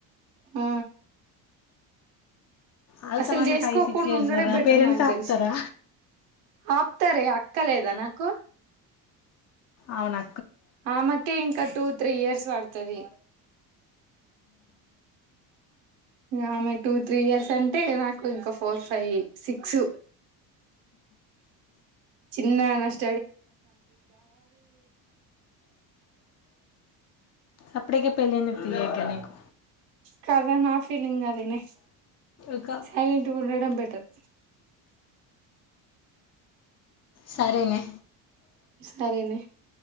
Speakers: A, on the right; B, on the left.
A: అ
B: ఆగుతామని
A: అసలు చేసుకోకుండ
B: ఫైవ్ సిక్స్ ఇయర్స్
A: ఉండుడే
B: వరా
A: బెటర్
B: పేరెంట్స్
A: నాకు
B: ఆపుతారా
A: దెలిశి ఆప్తారె అక్క లేదా నాకు
B: అవునా
A: ఆమెకే ఇంకా టూ త్రీ ఇయర్స్ పడతది ఇగ ఆమె టూ త్రీ ఇయర్స్ అంటే నాకు ఇంక ఫోర్ ఫై సిక్స్ చిన్నానష్
B: అప్పుడుకే పెళ్లయిందా నీకు
A: కదా నా ఫీలింగ్ అదేనే
B: ఇక
A: సైలెంట్ గుండడం బెటర్
B: సరేనే
A: సరేనే